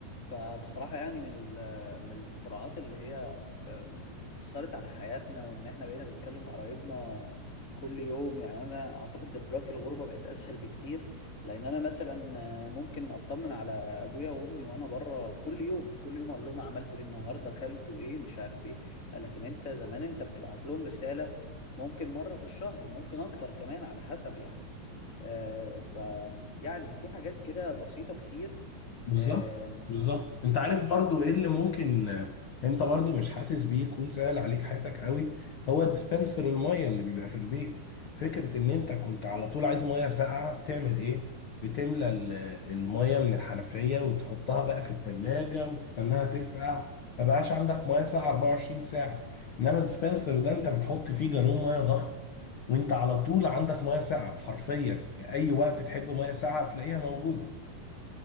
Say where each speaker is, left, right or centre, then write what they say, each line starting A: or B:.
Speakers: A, on the left; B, on the left.
A: فبصراحة يعني من ال- من الاختراعات اللي هي أم، أثرت على حياتنا وإن إحنا بقينا بنكلم قرايبنا كل يوم يعني أنا أعتقد دلوقتي الغربة بقت أسهل بكتير لأن أنا مثلا آه، ممكن أطمن على أبويا وأمي وأنا بره كل يوم كل يوم أقول لهم عملتوا إيه النهاردة أكلتوا إيه مش عارف إيه لكن أنت زمان أنت بتبعت لهم رسالة ممكن مرة في الشهر ممكن أكتر كمان على حسب يعني آه، ف يعني في حاجات كده بسيطة كتير
B: بالظبط
A: آم،
B: بالظبط انت عارف برضو ايه اللي ممكن آه، انت برضو مش حاسس بيه يكون سهل عليك حياتك قوي هو ديسبنسر المية اللي بيبقى في البيت فكرة ان انت كنت على طول عايز مية ساقعة بتعمل ايه بتملى ال- المية من الحنفية وتحطها بقى في التلاجة وتستناها تسقع ما بقاش عندك مية ساقعة 24 ساعة انما الديسبنسر ده انت بتحط فيه جالون مية ضغط وانت على طول عندك مية ساقعة حرفيا يعني اي وقت تحب مية ساقعة تلاقيها موجودة